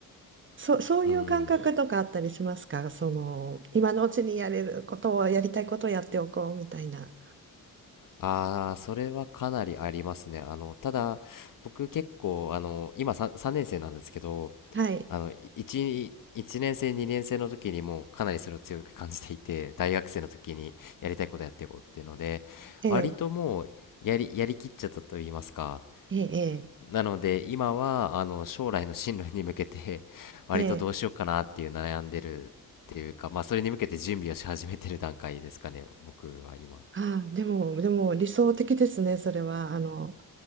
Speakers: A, on the right; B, on the left.
A: そ、そういう感覚とかあったりしますかその、
B: うん。
A: 今のうちにやれることを、やりたいことをやっておこうみたいな。
B: ああ、それはかなりありますね。あの、ただ、僕結構、あの、今さん3年生なんですけど、
A: はい。
B: あの、1、一年生、2年生の時にもうかなりそれを強く感じていて、<laughs> 大学生の時にやりたいことやっていこうっていうので、
A: ええ
B: 割ともうやり、やりきっちゃったと言いますか。
A: ええ、
B: なので、今は、あの、将来の進路に向けて、<laughs> 割とどうしようかなっていう悩んでるっていうか、
A: ええ、ええ
B: まあ、それに向けて準備をし始めてる段階ですかね、僕は今。
A: ああ、でも、でも理想的ですね、それは。あの、